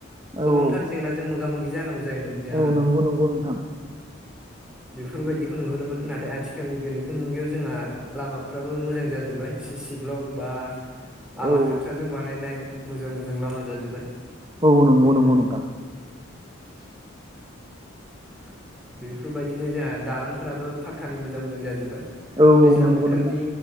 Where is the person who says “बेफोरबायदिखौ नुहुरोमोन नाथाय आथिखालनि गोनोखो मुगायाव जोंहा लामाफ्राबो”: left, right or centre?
Centre